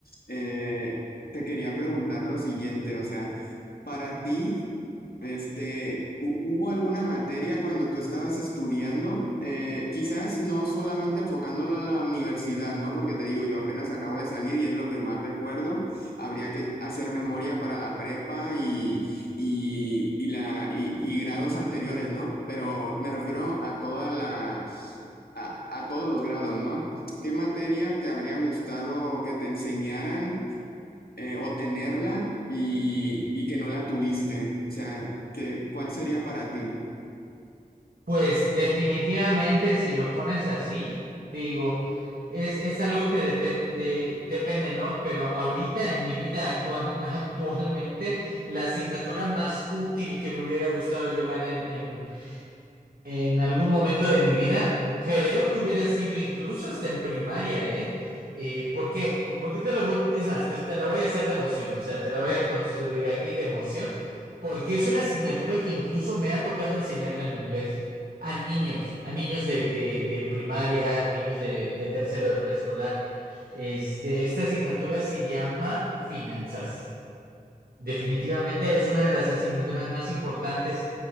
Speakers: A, on the left; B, on the right.
A: eh, te quería preguntar lo siguiente, o sea, para ti... Este, hu- ¿hubo alguna materia cuando tú estabas estudiando? Eh, quizás no solamente enfocándolo a la universidad, ¿no? Porque te digo, yo apenas acabo de salir y es lo que más recuerdo. Habría que hacer memoria para la prepa y, y, y la, y, y grados anteriores, ¿no? Pero me refiero a toda la, a, a todos los grados, ¿no? ¿Qué materia te habría gustado que te enseñaran eh, o tenerla y, y que no la tuviste? O sea, ¿qué, cuál sería para ti?
B: Pues definitivamente si lo pones así, digo, es, es algo que depen- de- depende, ¿no? Pero ahorita en mi vida actual, <laughs> actualmente, la asignatura más útil que me hubiera gustado llevar en, en En algún momento de mi vida, creo que hubiera sido incluso hasta en primaria, ¿eh? Eh, ¿por qué? ¿Por, por qué te lo voy- Es más, te, te la voy a hacer de emoción, o sea, te la voy a construir aquí de emoción, porque es una asignatura que incluso me ha tocado enseñarla en inglés a niños, a niños de, de, de primaria, a niños de, de tercero de preescolar. Este, esta asignatura se llama finanzas. Definitivamente es una de las asignaturas más importantes